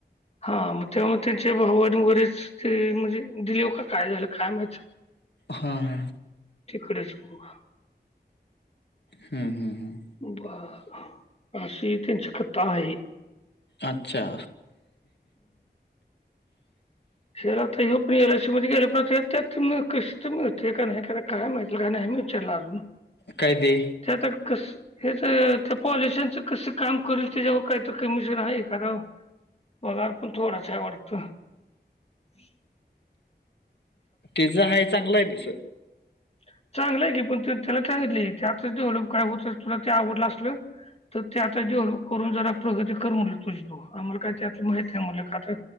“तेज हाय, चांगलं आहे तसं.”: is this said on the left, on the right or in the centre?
Left